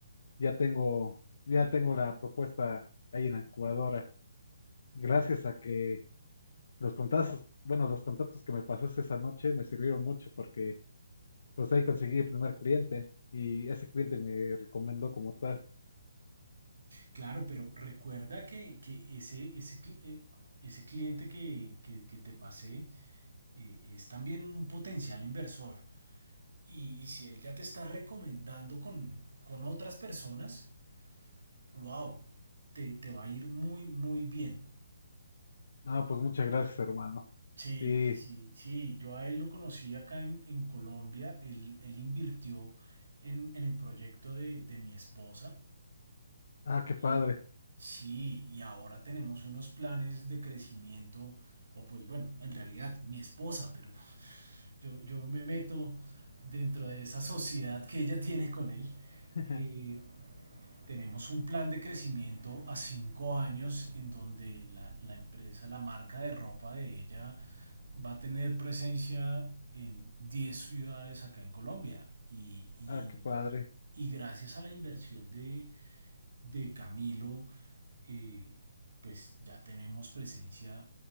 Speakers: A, on the left; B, on the right.
A: ya tengo, ya tengo la propuesta ahí en la incubadora. Gracias a que los contactos, bueno, los contactos que me pasaste esa noche me sirvieron mucho porque pues ahí conseguí el primer cliente y ese cliente me recomendó como tal.
B: Claro, pero recuerda que, que ese, ese, cli- eh, ese cliente que, que- que te pasé eh, es también un potencial inversor. Y, y si él ya te está recomendando con, con otras personas, wow, te, te va a ir muy, muy bien.
A: Ah, pues muchas gracias, hermano.
B: Sí,
A: Sí.
B: sí, sí, yo a él lo conocí acá en, en Colombia, él, él invirtió en, en el proyecto de, de mi esposa
A: Ah, qué
B: Y
A: padre.
B: sí, y ahora tenemos unos planes de crecimiento, o pues bueno, en realidad mi esposa, pero yo, yo me meto dentro de esa sociedad que ella tiene con él.
A: <laughs>
B: Eh, tenemos un plan de crecimiento a cinco años en donde la, la empresa, la marca de ropa de ella va a tener presencia en 10 ciudades acá en Colombia. Y, y-
A: Ah, qué padre.
B: y gracias a la inversión de, de Camilo, eh, pues ya tenemos presencia